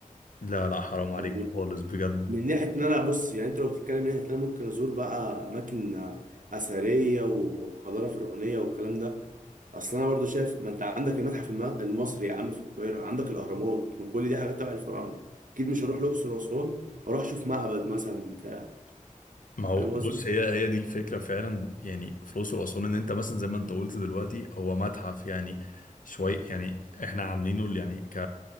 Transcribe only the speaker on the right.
يعني
من ناحيه ان انا بص يعني انت لو بتتكلم من ناحيه ان انا ممكن ازور بقى اماكن اثريه وحضاره فرعونيه والكلام ده اصل انا برضو شايف ما انت عندك المتحف الم- المصري يا عم في القاهره عندك الاهرامات ما كل دي حاجات تبع الفراعنه اكيد مش هروح الاقصر واسوان واروح اشوف معبد مثلا بتاع
فاهم قصدي